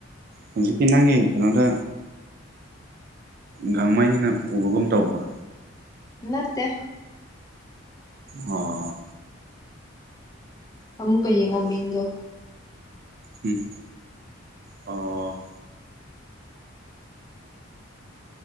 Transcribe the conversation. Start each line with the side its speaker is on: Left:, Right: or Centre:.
Right: ꯍꯧꯖꯤꯛꯀꯤ ꯅꯪꯒꯤ ꯀꯩꯅꯣꯗ ꯒꯥꯡꯃꯩꯏꯅ ꯎꯕꯒꯨꯝ ꯇꯧꯕ
Left: ꯅꯠꯇꯦ
Right: ꯑꯣ
Left: ꯑꯃꯨꯛꯀ ꯌꯦꯡꯉꯣ ꯃꯤꯡꯗꯣ
Right: ꯎꯝ ꯑꯣ ꯑꯣ